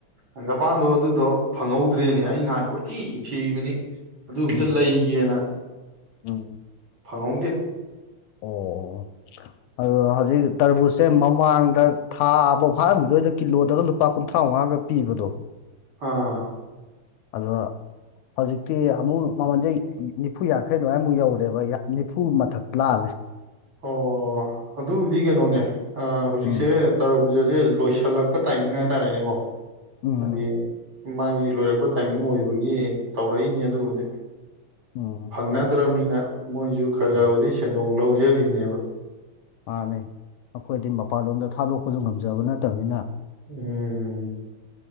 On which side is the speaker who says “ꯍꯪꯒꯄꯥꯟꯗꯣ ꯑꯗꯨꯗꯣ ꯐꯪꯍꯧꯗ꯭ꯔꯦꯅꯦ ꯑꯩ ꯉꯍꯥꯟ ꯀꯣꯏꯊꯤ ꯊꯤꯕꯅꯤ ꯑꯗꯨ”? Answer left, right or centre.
Right